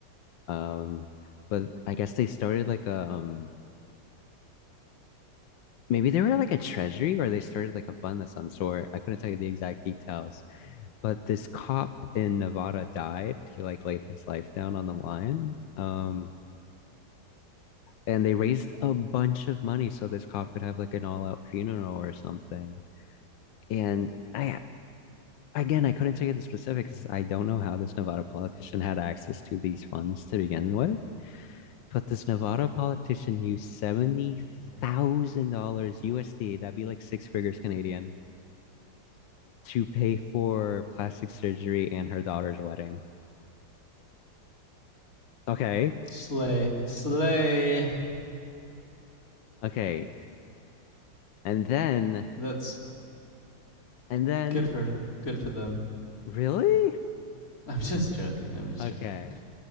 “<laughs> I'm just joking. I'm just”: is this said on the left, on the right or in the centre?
Left